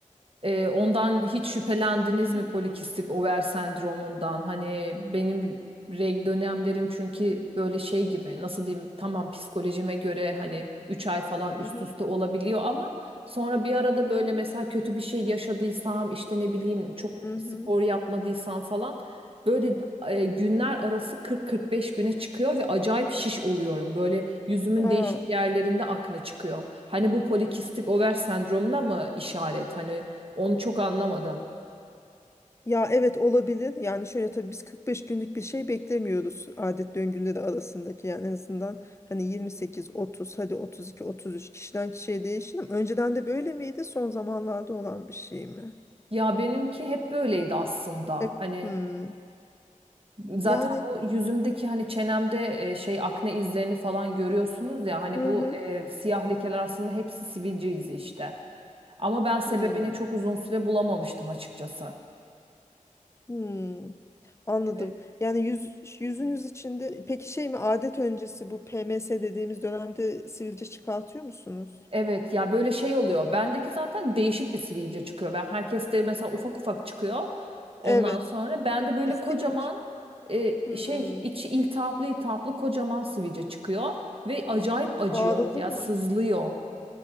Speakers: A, on the right; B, on the left.
A: Ee, ondan hiç şüphelendiniz
B: Hı hı,
A: mi polikistik over sendromundan? Hani benim reg dönemlerim çünkü böyle şey gibi nasıl diyeyim tamam psikolojime göre hani 3 ay falan üst
B: hı hı,
A: üste olabiliyor ama sonra bir arada böyle
B: hı hı,
A: mesela kötü bir şey yaşadıysam işte ne bileyim çok
B: hı hı.
A: spor yapmadıysam falan böyle e, günler arası 40-45 güne çıkıyor ve acayip şiş oluyorum. Böyle yüzümün
B: Aa.
A: değişik yerlerinde akne çıkıyor. Hani bu polikistik over sendromuna mı işaret? Hani onu çok anlamadım.
B: Ya evet olabilir. Yani şöyle tabii biz 45 günlük bir şey beklemiyoruz adet döngüleri arasındaki. Yani en azından hani 28, 30, hadi 32, 33 kişiden kişiye değişir ama önceden de böyle miydi? Son zamanlarda olan bir şey mi?
A: Ya benimki hep böyleydi aslında.
B: E,
A: Hani
B: hmm.
A: zaten
B: Yani
A: bu yüzümdeki hani çenemde e, şey akne izlerini falan görüyorsunuz ya hani
B: hı
A: bu
B: hı,
A: e, siyah lekeler aslında hepsi sivilce izi işte. Ama ben sebebini
B: hmm,
A: çok uzun süre bulamamıştım açıkçası.
B: hmm. Anladım.
A: Evet.
B: Yani yüz, yüzünüz içinde peki şey mi adet öncesi bu PMS dediğimiz dönemde sivilce çıkartıyor musunuz?
A: Evet ya böyle şey oluyor. Bendeki zaten değişik bir sivilce çıkıyor. Ben herkeste mesela ufak ufak çıkıyor. Ondan
B: Evet.
A: sonra bende böyle
B: İstik
A: kocaman
B: mi? çık-
A: e,
B: Hmm.
A: şey içi iltihaplı iltihaplı kocaman sivilce çıkıyor ve acayip acıyor.
B: Ağrılı
A: Ya
B: mı?
A: sızlıyor.